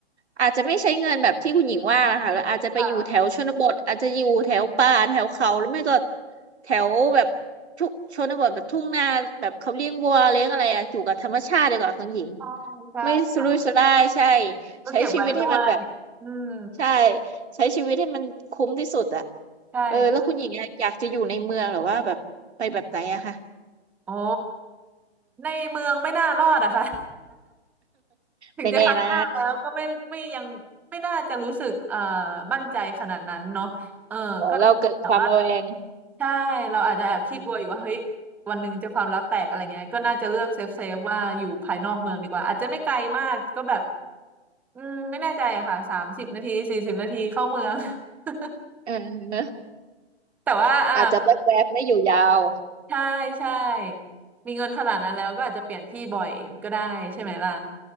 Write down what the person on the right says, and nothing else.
อาจจะไม่ใช้เงินแบบที่คุณหญิงว่านะคะแล้วอาจจะไปอยู่แถวชนบทอาจจะอยู่แถวป่าแถวเขาหรือไม่ก็
แถวแบบทุกชนบทแบบทุ่งนาแบบเขาเลี้ยงวัวเลี้ยงอะไรอะอยู่กับธรรมชาติดีกว่าคุณหญิง
ไม่สุรุ่ยสุร่ายใช่
ใช้ชีวิตให้มันแบบ
ใช่ใช้ชีวิตให้มันคุ้มที่สุดอะ
เออแล้วคุณหญิงอะอยากจะอยู่ในเมืองหรือว่าแบบไปแบบไหนอะคะ
ไม่แน่นะ
โอ้เราเกิดความระแวง
อืม
เออเนอะ
อาจจะแวบๆไม่อยู่ยาว